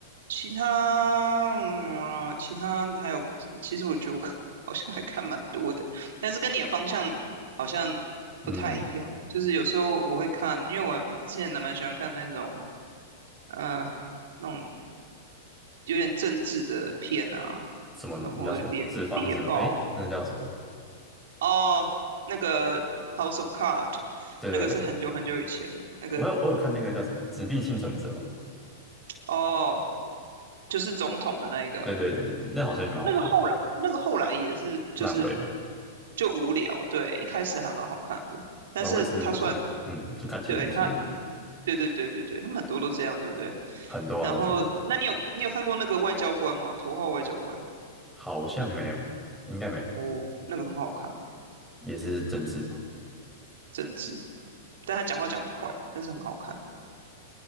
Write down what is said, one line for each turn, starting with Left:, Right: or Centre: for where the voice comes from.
Right: 其他，嗯啊，其他还有，其实我觉得我看 <laughs> 好像还看蛮多的，但是跟你的方向好像
Centre: 嗯，
Right: 不太一样。就是有时候我会看，因为我之前还蛮喜欢看那种，呃。那种有点政治的片啊，
Centre: 什么那叫什么纸房子嘛？
Right: 然后有点谍报
Centre: 诶，那叫什么？
Right: 哦，那个 House of Cards，
Centre: 对对对，
Right: 那个是很久很久以前的，那个
Centre: 我有我有看那个叫什么《指定幸存者》嘛，
Right: 哦，就是总统的那一个，
Centre: 对对对对对，那好像也蛮好看的，
Right: 那个后来那个后来也是就是
Centre: 烂尾嘛，
Right: 就无聊，对，一开始还蛮好看的，但是他算
Centre: 老尾是就嗯，就看前几集而已，
Right: 对他，对对对对对，他们很多都这样，对不对？
Centre: 很多啊，
Right: 然后，
Centre: 我觉得
Right: 那你有你有看过那个外交官吗？头号外交官，
Centre: 好像没有，应该没有，
Right: 哦，那个很好看，
Centre: 也是政治吧。
Right: 政治，但他讲话讲很快，但是很好看。